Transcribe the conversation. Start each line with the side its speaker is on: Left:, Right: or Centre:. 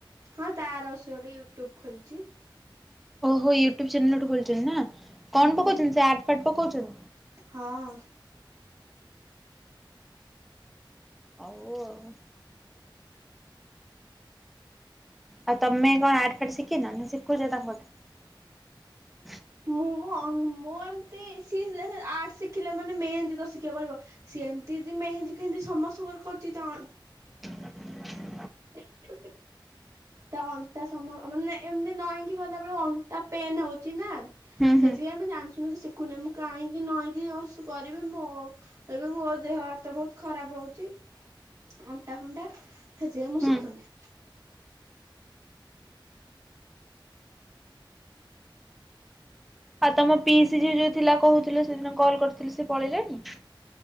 Right: ହଁ ତାର ସେ ଗୋଟେ ୟୁଟ୍ୟୁବ ଖୋଲିଛି।
Centre: ଓହୋ ୟୁଟ୍ୟୁବ ଚ୍ୟାନେଲ୍ ଗୋଟେ ଖୋଲିଛନ୍ତି ନା କଣ
Right: ହୁଁ
Centre: ପକଉଛନ୍ତି ସେ ଆର୍ଟ ଫାର୍ଟ ପକଉଛନ୍ତି?
Right: ହଁ।
Centre: ହଉ ଆଉ ଆଉ ତମେ କଣ ଆର୍ଟ ଫାର୍ଟ ଶିଖିନ ନା ଶିଖୁଛ ତାଙ୍କଠୁ? <inaudible>
Right: ମୁଁ ମୁଁ ଅ ମୁଁ ଏମିତିି ଶିକ୍-ଇ ଆର୍ଟ ଶିଖିଲା ମାନେ ମେହେନ୍ଦି ତ ଶିଖିବାକୁ ପଡିବ? ସେମିତି ଦି ମେହେନ୍ଦି ଫେହେନ୍ଦି ସମସ୍ତଙ୍କର କରୁଛି ତ।
Centre: <inaudible>
Right: <unintelligible> ତଅ ଅଣ୍ଟା ସମ ମାନେ ଏମିତି ନଈକି ଗଲାବେଳେ ଅଣ୍ଟା ପେନ୍ ହଉଛି ନା
Centre: ହୁଁ
Right: ସେଥିପାଇଁ
Centre: ହୁଁ
Right: ମୁ ଜାଣିଶୁଣିକି ଶିଖୁନି ମୁଁ କାହିଁକି ନଈଁକି କରିବି ମୁଁ ଏବେ ମୋ ଦେହ ହାତ ବହୁତ୍ ଖରାପ୍ ରହୁଛି। ଅଣ୍ଟା ଫଣ୍ଟା ସେଯୋଗୁ ମୁଁ
Centre: ହୁଁ
Right: ସିଖୁନି।
Centre: ଆଉ ତମ ପିଇସି ଝିଅ ଯୋଉ ଥିଲା କହୁଥିଲେ ସେଦିନ କଲ୍ କରିଥିଲି ସେ ପଳେଇଲାଣି?